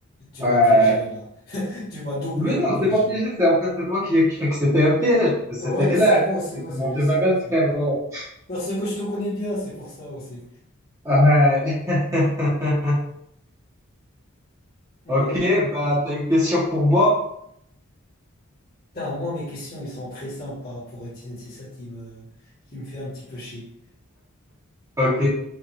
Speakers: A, on the left; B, on the right.
A: Tu
B: Euh,
A: m'as piégé là. <laughs> Tu m'as doublement
B: mais non,
A: piégé.
B: je pas piégé, c'est en fait, c'est toi qui as cru que c'était un piège. C'était
A: Ouais,
B: clair,
A: c'est bon, c'est
B: c'était
A: bon, c'est
B: Mount
A: je sais,
B: Everest,
A: frère.
B: frérot.
A: Parce que je te connais bien, c'est pour ça aussi.
B: Ouais. <laughs>
A: Hmm,
B: Ok, bah, t'as une question pour moi?
A: putain, moi, mes questions, ils sont très simples par rapport aux tiennes. C'est ça qui me, qui me fait un petit peu chier.
B: Ok,